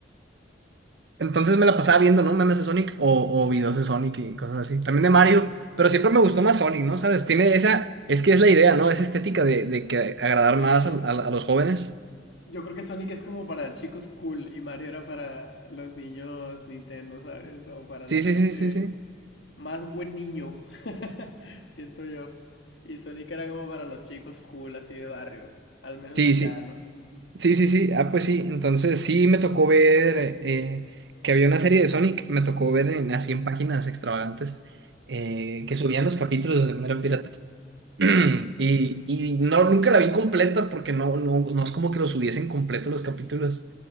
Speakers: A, on the right (about 65°); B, on the left (about 75°).
A: Entonces me la pasaba viendo, ¿no? Memes de Sonic o, o videos de Sonic y cosas así. También de Mario, pero siempre me gustó más Sonic, ¿no? ¿Sabes? Tiene esa, es que es la idea, ¿no? Esa estética de, de que agradar
B: sí,
A: más
B: es,
A: al- al- a, los jóvenes.
B: yo creo que Sonic es como para chicos cool y Mario era para los niños Nintendo, ¿sabes? O para
A: Sí,
B: la
A: sí,
B: gente
A: sí, sí, sí.
B: más buen niño, <laughs> siento yo. Y Sonic era como para los chicos cool, así de barrio. Al menos
A: Sí,
B: acá,
A: sí,
B: ¿no?
A: sí, sí, sí. Ah, pues sí. Entonces sí me tocó ver eh, que había una serie de Sonic, me tocó ver en, así en páginas extravagantes eh, que subían los capítulos de manera pirata. <clears throat> Y, y no, nunca la vi completa porque no, no, no es como que lo subiesen completo los capítulos.